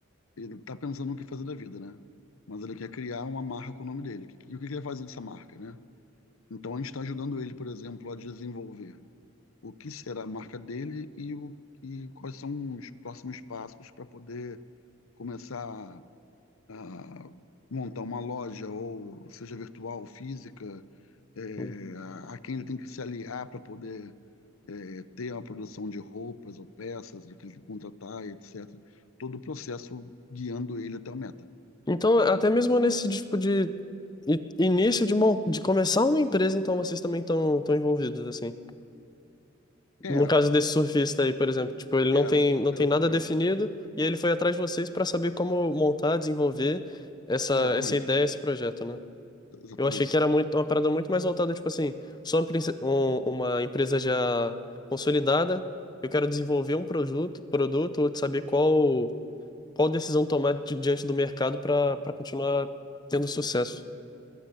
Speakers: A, on the left; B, on the left.
A: Ele está pensando no que fazer da vida, né? Mas ele quer criar uma marca com o nome dele. E o que que ele vai fazer dessa marca, né? Então a gente está ajudando ele, por exemplo, a desenvolver o que será a marca dele e, o, e quais são os próximos passos para poder começar a montar uma loja, ou seja virtual, física, é,
B: uhum.
A: a, a quem ele tem que se aliar para poder é, ter uma produção de roupas ou peças, o que ele tem que contratar, etc. Todo o processo guiando ele até a meta.
B: Então, até mesmo nesse tipo de E, início de, mon- de começar uma empresa, então vocês também estão estão envolvidos, assim. No
A: É,
B: caso desse surfista aí, por exemplo, tipo, ele não
A: é,
B: tem, não tem
A: exatamente,
B: nada definido e ele foi atrás de vocês para saber como montar, desenvolver essa,
A: exatamente,
B: essa ideia, esse projeto, né?
A: exatamente.
B: Eu achei que era muito, uma parada muito mais voltada, tipo assim, sou uma, princ- um- uma empresa já consolidada, eu quero desenvolver um produto, produto ou saber qual, qual decisão tomar di- diante do mercado para para continuar tendo sucesso.